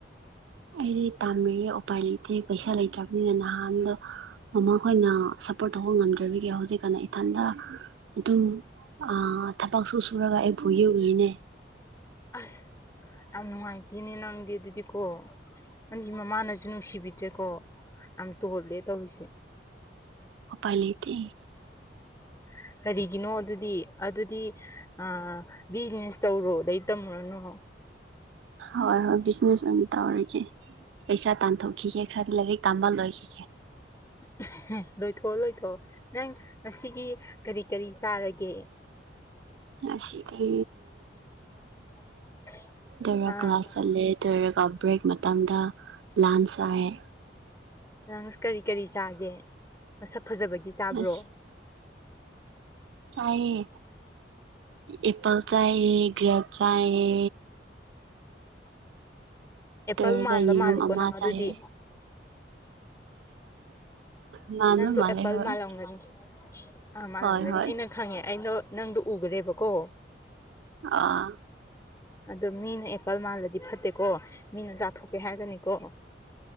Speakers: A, on the right; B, on the left.
A: ꯑꯩꯗꯤ ꯇꯥꯃꯤꯌꯦ ꯎꯄꯥꯏ ꯂꯩꯇꯦ ꯄꯩꯁꯥ ꯂꯩꯇ꯭ꯔꯕꯅꯤꯅ ꯅꯍꯥꯟꯗꯣ ꯑꯃꯈꯣꯏꯅ ꯁꯞꯄꯣꯔꯠ ꯇꯧꯕ ꯉꯝꯗ꯭ꯔꯕꯒꯤ ꯍꯧꯖꯤꯛꯀꯥꯟꯗ ꯏꯊꯟꯗ ꯑꯗꯨꯝ ꯑꯥ ꯄꯛꯁꯨ ꯁꯨꯔꯒ ꯑꯩ ꯐꯨꯏꯑꯦ ꯎꯔꯤꯅꯦ
B: ꯑꯁ ꯌꯥꯝ ꯅꯨꯡꯉꯥꯏꯇꯦꯅꯦ ꯅꯪꯗꯤ ꯑꯗꯨꯗꯤꯀꯣ ꯅꯪꯒꯤ ꯃꯃꯥꯅꯁꯨ ꯅꯨꯡꯁꯤꯕꯤꯗ꯭ꯔꯦꯀꯣ ꯌꯥꯝ ꯇꯣꯜꯂꯦ ꯇꯧꯔꯤꯁꯦ
A: ꯎꯄꯥꯥꯏ ꯂꯩꯇꯦ
B: <inaudible> ꯀꯔꯤꯒꯤꯅꯣ ꯑꯗꯨꯗꯤ ꯑꯗꯨꯗꯤ ꯑꯥ ꯕꯤꯖꯤꯅꯦꯁ ꯇꯧꯔꯣ ꯂꯥꯏꯔꯤꯛ ꯇꯝꯃꯨꯔꯅꯨ
A: ꯍꯣꯏ ꯍꯣꯏ ꯕꯤꯖꯤꯅꯦꯁ ꯑꯣꯏꯅ ꯇꯧꯔꯒꯦ ꯄꯩꯁꯥ ꯇꯥꯟꯊꯣꯛꯈꯤꯒꯦ ꯈꯔꯗꯤ ꯂꯥꯏꯔꯤꯛ ꯇꯥꯃꯕ ꯂꯣꯏꯈꯤꯒꯦ
B: ꯂꯣꯏ ꯊ ꯊꯣꯛꯑꯣ ꯂꯣꯏꯊꯣꯛꯑꯣ ꯅꯪ ꯉꯁꯤꯒꯤ ꯀꯔꯤ ꯀꯔꯤ ꯆꯥꯔꯒꯦ
A: ꯉꯁꯤꯗꯤ
B: <inaudible>
A: ꯑꯗꯨꯂꯣꯏꯔꯒ
B: ꯇꯧꯔ
A: ꯀ꯭ꯂꯥꯁ ꯆꯠꯂꯦ ꯑꯗꯨꯂꯣꯏꯔꯒ ꯕ꯭ꯔꯦꯛ ꯃꯇꯝꯗ ꯂꯥꯟꯁ ꯆꯥꯌꯦ
B: ꯅꯪ ꯀꯔꯤ ꯀꯔꯤ ꯆꯥꯒꯦ ꯃꯁꯛ ꯐꯖꯕꯒꯤ ꯆꯥꯕ꯭ꯔꯣ
A: ꯑꯁ ꯆꯥꯏꯌꯦ ꯑꯦꯄꯜ ꯆꯥꯏꯌꯦ ꯒ꯭ꯔꯦꯞ ꯆꯥꯏꯌꯦ
B: ꯑꯦꯄꯜ
A: ꯇꯧꯔꯒ
B: ꯃꯥꯟꯕ
A: ꯌꯦꯔꯨꯝ
B: ꯃꯥꯜꯂꯦꯀꯣ
A: ꯑꯃ
B: ꯅꯪ ꯑꯗꯨꯗꯤ
A: ꯆꯥꯏꯌꯦ ꯉꯥꯟꯕ
B: ꯅꯪꯗꯣ
A: ꯃꯥꯜꯂꯦ
B: ꯑꯦꯄꯜ
A: ꯍꯣꯏ
B: ꯃꯥꯜꯂꯝꯒꯅꯤ ꯑꯥ ꯃꯥꯜꯂꯝꯒꯅꯤ
A: ꯍꯣꯏ ꯍꯣꯏ
B: ꯑꯩꯅ ꯈꯪꯉꯦ ꯑꯩꯅꯣ ꯅꯪꯗꯨ ꯎꯒꯔꯦꯕꯀꯣ
A: ꯑꯥ
B: ꯑꯗꯣ ꯃꯤꯅ ꯑꯦꯄꯜ ꯃꯥꯜꯂꯗꯤ ꯐꯠꯇꯦꯀꯣ ꯃꯤꯅ ꯆꯥꯊꯣꯛꯀꯦ ꯍꯥꯏꯔꯒꯅꯤꯀꯣ